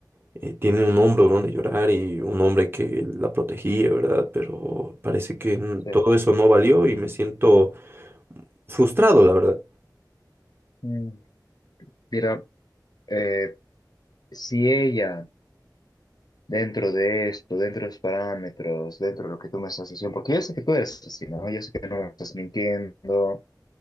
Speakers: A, on the right (about 30°); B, on the left (about 60°).
A: eh, tiene un hombro donde llorar y un hombre que la protegía, ¿verdad? Pero parece que mm,
B: Sí.
A: todo eso no valió y me siento frustrado, la verdad.
B: Mm, Mira, eh, si ella dentro de esto, dentro de los parámetros, dentro de lo que tú me estás diciendo, porque yo sé que tú eres así, ¿no? Yo sé que no me estás mintiendo